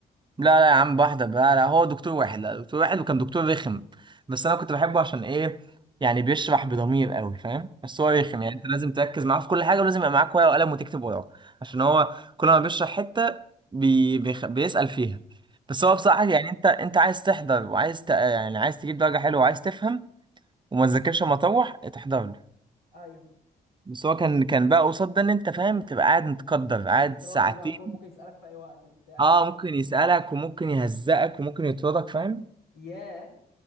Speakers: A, on the right; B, on the left.
A: لا لا يا عم واحدة لا لا هو دكتور واحد لا دكتور واحد وكان دكتور رخم بس انا كنت بحبه عشان ايه يعني بيشرح بضمير قوي فاهم بس
B: اه
A: هو رخم يعني انت لازم تركز معاه في كل حاجة ولازم يبقى معاك ورقة وقلم وتكتب وراه عشان هو كل ما بيشرح حتة بي... بيخ... بيسأل فيها بس هو
B: ايوه
A: بصراحة يعني انت انت عايز تحضر وعايز ت... يعني عايز تجيب درجة حلوة وعايز تفهم وما تذاكرش اما اطوح تحضر لي
B: ايوه
A: بس هو كان كان بقى قصاد ده ان انت فاهم تبقى قاعد متقدر قاعد
B: متراضي
A: ساعتين
B: بقى كو- ممكن يسألك في اي وقت وبتاع
A: اه ممكن يسألك وممكن يهزقك وممكن يطردك فاهم
B: ياه